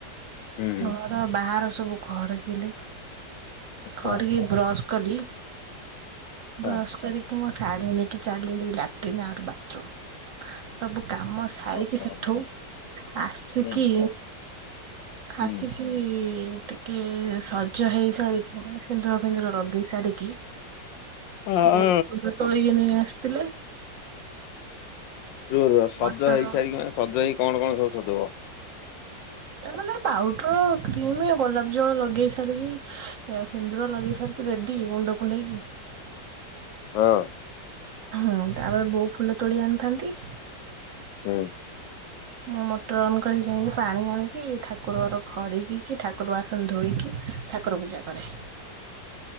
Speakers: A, on the left; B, on the right.
A: ହୁଁ ହୁଁ
B: ଘର ବାହାର ସବୁ ଖରିକିଲି
A: ଆଚ୍ଛା
B: ଖରିକି ବ୍ରସ୍ କଲି
A: ଆଚ୍ଛା
B: ବ୍ରସ୍ କରି ମୋ ଶାଢ଼ୀ ନେଇକି ଚାଲିଲି ଲାଟ୍ରିନ୍ ଆଉ ବାଥରୁମ୍ ସବୁ କାମ ସାରିକି
A: ଓହୋ
B: ସେଠୁ ଆସିକି
A: ହୁଁ ହୁଁ।
B: ଆସିକି <inaudible> ଟିକେ ସଜ ହେଇ ସାରିକି ମାନେ ସିନ୍ଦୁର ଫିନ୍ଦୁର ଲଗେଇ ସାରିକି
A: ହଁ।
B: ବୋଉ ଫୁଲ ତୋଳିକି ନେଇ ଆସିଥିଲେ।
A: ରୁ ସଜ
B: ମଟର
A: ହେଇସାରି ସଜ ହେଇ କଣ କଣ ସବ ସଜବ
B: ଏ ମାନେ ପାଉଡର କ୍ରିମ ଗୋଲାପ ଜଳ ଲଗେଇ ସାରିକି ଏ ସିନ୍ଦୁର ଲାଗେଇ ସାରିକି ରେଡି ମୁଣ୍ଡକୁ ନେଇକି
A: ହଁ।
B: ହଁ ତାପରେ ବୋଉ ଫୁଲ ତୋଳି ଆଣିଥାନ୍ତି।
A: ହୁଁ।
B: ମୁଁ ମଟର ଅନ୍ କରିକି ଯାଇି ପାଣି ଆଣିକି ଠାକୁରର ଖରିକି ଠାକୁର ଆସନ ଧୋଇକି ଠାକୁର ପୂଜା କରେ।